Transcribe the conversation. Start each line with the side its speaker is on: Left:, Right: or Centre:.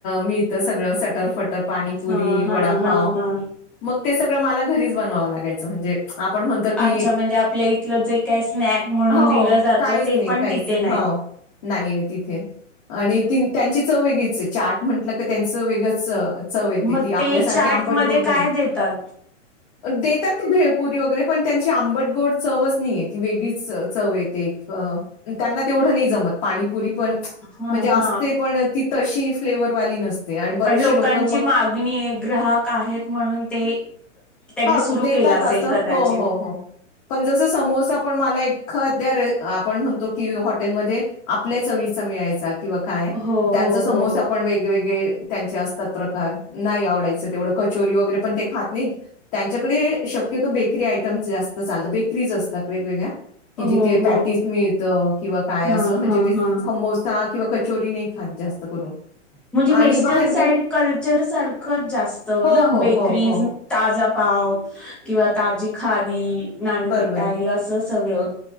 Left: मिळत सगळं सटरफटर पाणीपुरी
Centre: हा
Left: वडापाव
Centre: हा हा हा
Left: मग ते सगळं मला घरीच बनवावं लागायचं म्हणजे. आपण म्हणत की
Centre: अच्छा म्हणजे आपल्या इथलं जे काय स्नॅक म्हणून
Left: हो
Centre: दिलं जातं
Left: काहीच
Centre: ते
Left: नाही
Centre: पण
Left: काहीच
Centre: तिथे
Left: नाही. ह. हो. नाहीये तिथे आणि त त्यांची चव वेगळीचे चार्ट म्हटलं का त्यांचं वेगंच चव येते
Centre: मग
Left: ती आपल्यासारखे
Centre: ते चाट
Left: आंबट
Centre: मध्ये
Left: गोड
Centre: काय
Left: नाही.
Centre: देतात?
Left: देताते भेळ पुरी वगरे पण त्यांची आंबटगोड चवच नाहीये ती वेगळीच चव येते त्यांना कुठं नाही जमत पाणीपुरी पण.
Centre: हा
Left: म्हणजे असते
Centre: हा
Left: पण ती तशी फ्लेवरवाली नसते. आणि बरेचसे
Centre: पण लोकांची
Left: लोकं मग
Centre: मागणी आहे ग्राहक आहेत म्हणून ते. त्यांनी
Left: हां,
Centre: सुरू
Left: देतात
Centre: केला. असेल
Left: हो
Centre: कदाचित
Left: हो हो पण जस समोसा पण मला एक. ख <unintelligible> आपण म्हणतो, कि हॉटेलमध्ये आपल्या चवीचा मिळायचा. किंवा काय,
Centre: हो
Left: त्यांचा
Centre: हो
Left: समोसा
Centre: हो
Left: पण वेगवेगळे त्यांचे असतात प्रकार, नाही आवडायचं तेवढं कचोरी वगैरे पण ते खात नाही, त्यांच्याकडे शक क्यतो बेकरी आयटमस् जास्त चालत, बेकरीज असतात वेगवेगळ्या. कि
Centre: हो
Left: जिथे
Centre: हो
Left: पॅटीस मिळतं किंवा काय
Centre: हा
Left: असं म्हणजे
Centre: हा
Left: ते समोसा
Centre: हा
Left: किंवा कचोरी नाही खात. जास्त करून.
Centre: म्हणजे वेस्टर्न
Left: आणि बाहेर
Centre: साईड
Left: गे
Centre: कल्चर सारखंच जास्त
Left: हो,
Centre: ना
Left: हो,
Centre: बेकरीज्
Left: हो, हो,
Centre: ताजा पाव किंवा ताजी खारी नानकटाई
Left: बरोबरंय,
Centre: असं सगळं